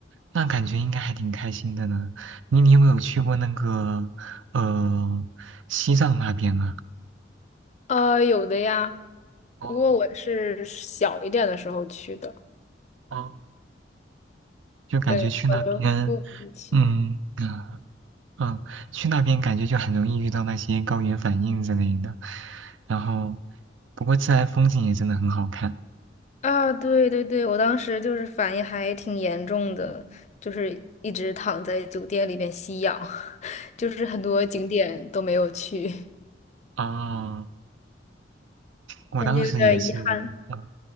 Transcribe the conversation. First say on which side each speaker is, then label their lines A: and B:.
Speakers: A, on the right; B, on the left.
A: 那感觉应该还挺开心的呢。你你有没有去过那个呃西藏那边啊？
B: 啊，有的呀，
A: 哦
B: 不过我是小一点的时候去的，
A: 哦，就感觉去那边，
B: 对，和父母一起。
A: 嗯。啊嗯，去那边感觉就很容易遇到那些高原反应之类的。然后，不过自然风景也真的很好看。
B: 啊，对对对，我当时就是反应还挺严重的，就是一直躺在酒店里面吸氧。<laughs> 就是很多景点都没有去。<laughs>
A: 啊，我当时也是，
B: 感觉有点遗憾。
A: 嗯